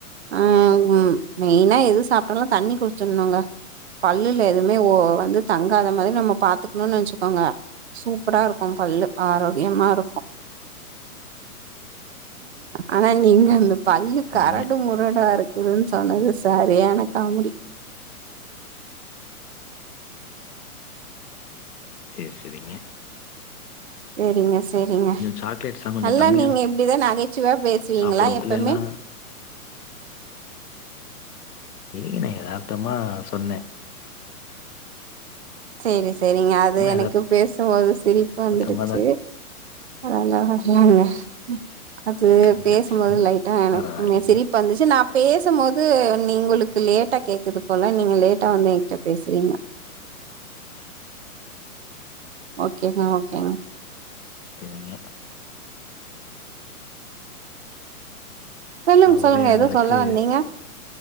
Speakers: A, on the right; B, on the left.
A: ம் மெயினா எது சாப்ட்டாலு தண்ணி குடிச்சிணுங்க பல்லுல எதுவுமே ஓ வந்து தங்காத மாரி நம்ம பாத்துக்கணுனு வெச்சுகோங்க சூப்பரா இருக்கு பல்லு ஆரோக்கியமா இருக்கு ஆனா நீங்க அந்த பல்லு
B: சொன்னீங்க
A: கரடு முரடா இருக்கு குதுனு சொன்னது சரியான காமேடி
B: சேர் சேரிங்க
A: செரிங்க செரிங்க
B: சாக்லேட்ஸ்லா கொஞ்சோ
A: நல்லா
B: கம்மியா
A: நீங்க இப்டிதா நகை சுவையா பேசுவீங்களா
B: சாப்பிடுவோ
A: எப்பமே
B: இல்லைன்னா இல்லிங்க நா எதார்த்தமா சொன்ன
A: செரி செரிங்க அது
B: சும்மா
A: எனக்கு பேசும்போது சிரிப்பா
B: எதார்த்தமா
A: வந்துடுச்சு
B: தான்
A: <unintelligible> அது
B: சொன்னேங்க.
A: பேசும்போது லைட்டா எனக்குமே
B: பரவாயில்லைங்க.
A: சிரிப்பு வந்துச்சு நா பேசும்போது நீ உங்ளுக்கு லேட்டா கேக்குது போல நீங்க லேட்டா வந்து என்கிட்ட பேசுறீங்க <inaudible> ஓகேங்க ஓகேங்க
B: செரிங்க
A: சொல்லுங் சொல்லுங்க
B: உரையாடலுக்கு
A: எதோ சொல்ல வந்தீங்க